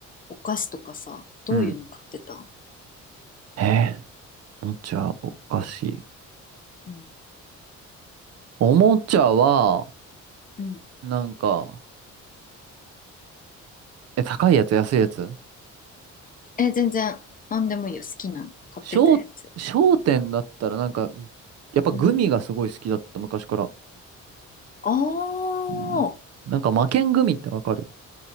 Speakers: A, on the left; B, on the right.
A: お菓子とかさ、どういうの買ってた
B: うん。えー、おもちゃおかしい。
A: うん。
B: おもちゃは、
A: うん。
B: なんか、え、高いやつ、安いやつ
A: え、全然、なんでもいいよ。好きなの。買ってたやつ。
B: 商、商店だったらなんか、やっぱグミがすごい好きだった、
A: うん。
B: 昔から。
A: ああ、
B: うん。なんか魔剣グミってわかる